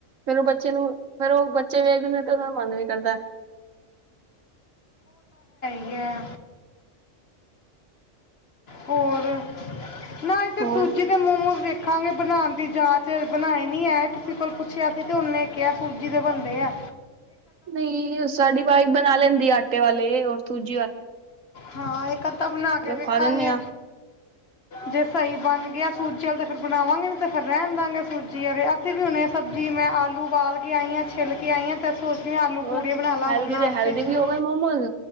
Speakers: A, on the right (about 75°); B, on the left (about 50°).
A: ਫੇਰ ਉਹ ਬੱਚੇ ਨੂੰ‌, ਫੇਰ ਉਹ ਬੱਚੇ ਵੇਖਦੇ ਨੇ ਤੇ ਉਹਨਾਂ ਦਾ ਮਨ ਵੀ ਕਰਦਾ ਹੈ।
B: ਗਿਆ, ਹੋਰ? ਨਾ ਇਥੇ
A: ਹੋਰ
B: ਸੂਜੀ ਦੇ ਮੋਮੋਜ ਵੇ ਖਾਂਗੇ ਬਣਾਉਣ ਦੀ ਜਾਚ ਏ, ਬਣਾਈ ਨਹੀਂ ਏ, ਕਿਸੇ ਕੋਲ ਪੁੱਛਿਆ ਸੀ, ਤੇ ਉਹਨੇ ਕਿਹਾ ਸੂਜੀ ਦੇ ਬਣਦੇ ਐ।
A: ਨਹੀਂ, ਸਾਡੀ ਵਾਈਫ਼ ਬਣਾ ਲੈਂਦੀ ਏ ਆਟੇ ਵਾਲੇ ਔਰ ਸੂਜ
B: ਹਾਂ ਇੱਕ ਅੱਧਾ ਬਣਾ ਕੇ ਵੇਖਾਂਗੇ,
A: ਖਵਾ ਦਿੰਦੇ ਆ
B: ਜੇ ਸਹੀ ਬਣ ਗਿਆ ਸੂ ਸੂਜੀ ਵਾਲੇ ਤੇ ਫਿਰ ਬਣਾਵਾਂਗੇ ਵੀ ਤੇ ਫਿਰ ਰਹਿਣ ਦਿਆਂਗੇ ਸੂਜੀ ਆਲੇ, ਅਸੀਂ ਵੀ ਹੁਣੇ ਸਬਜ਼ੀ ਮੈਂ ਆਲੂ ਓਬਾਲ ਕੇ ਆਈ ਹਾਂ, ਛਿੱਲ ਕੇ ਆਈ ਹਾਂ, ਫਿਰ ਸੋ ਕੇ ਆਲੂ
A: ਹੋਰ
B: ਪੂੜੀਆਂ ਬਣਾ ਲਾ
A: ਹੈਲਦੀ
B: ਹੁਣ
A: ਦੇ
B: ਨਾਸ਼ਤੇ
A: ਹੈਲਦੀ ਵੀ
B: ਚ।
A: ਹੋ ਗਏ ਮੋਮੋਜ਼